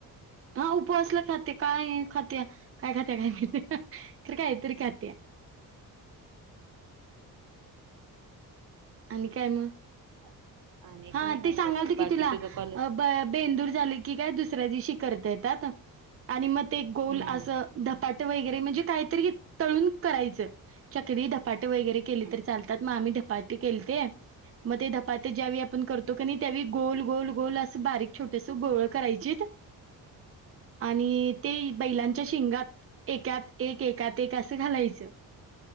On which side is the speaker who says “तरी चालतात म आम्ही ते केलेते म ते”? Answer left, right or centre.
Right